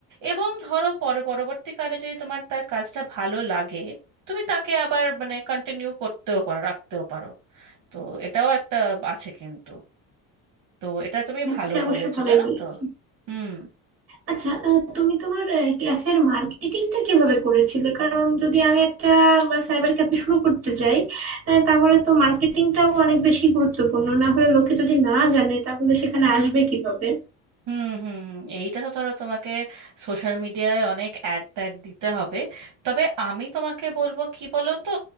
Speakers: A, on the right (about 55°); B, on the right (about 40°).
A: এবং ধরো পর পরবর্তীকালে যদি তোমার তার কাজটা ভালো লাগে তুমি তাকে আবার মানে কন্টিনিউ করতেও পারো রাখতেও পারো তো এটাও একটা আছে কিন্তু তো এটা তুমি
B: হ্যাঁ,
A: ভালো
B: এটা অবশ্য
A: বলেছো
B: ভালোই
A: জানো
B: বলেছো
A: তো হুম
B: আচ্ছা আহ, তুমি তোমার ক্যাফের মার্কেটিংটা কিভাবে করেছিলে কারণ যদি আমি একটা সাইবার ক্যাফে শুরু করতে যাই আহ, তাহলে তো মার্কেটিংটাও অনেক বেশি গুরুত্বপূর্ণ না হলে লোকে যদি না জানে তাহলে সেখানে আসবে কিভাবে
A: হুম হুম এইটা তো ধরো তোমাকে সোশ্যাল মিডিয়ায় অনেক অ্যাড ট্যাড দিতে হবে তবে আমি তোমাকে বলবো কি বলো তো